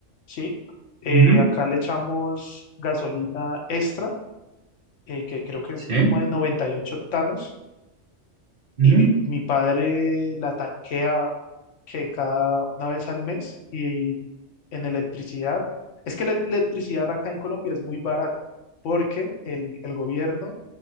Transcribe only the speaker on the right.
Ujú,
Sí.
ujú,